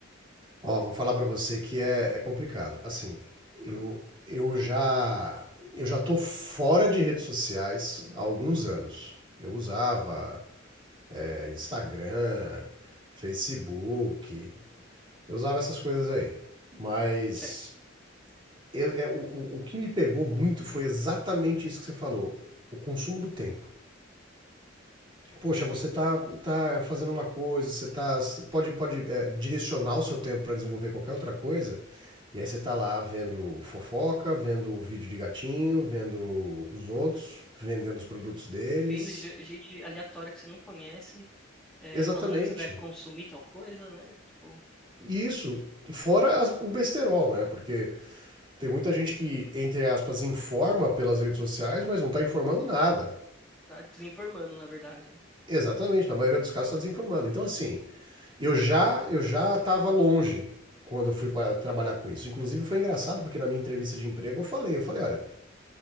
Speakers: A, on the right; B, in the centre.
A: Ó, vou falar pra você que é, é complicado. Assim, eu, eu já eu já tô fora de redes sociais há alguns anos. Eu usava é, Instagram, Facebook, eu usava essas coisas aí. Mas
B: certo?
A: eu- é, o, o- o que me pegou muito foi exatamente isso que você falou, o consumo do tempo. poxa, você tá, tá fazendo uma coisa, você tá pode, pode é, direcionar o seu tempo para desenvolver qualquer outra coisa, e aí você tá lá vendo fofoca, vendo vídeo de gatinho, vendo os outros, vendendo os produtos deles.
B: Vendo ge- gente aleatória que você não conhece, é,
A: Exatamente.
B: falando que você deve consumir tal coisa, né? Tipo,
A: E Isso, e fora as- o besterol, né? Porque tem muita gente que, entre aspas, informa pelas redes sociais, mas não tá informando nada.
B: tá desinformando, na verdade, né?
A: Exatamente, na maioria dos casos está desinformando. Então, assim, eu já eu já estava longe quando eu fui para trabalhar com isso. Inclusive foi engraçado porque na minha entrevista de emprego eu falei, eu falei, olha,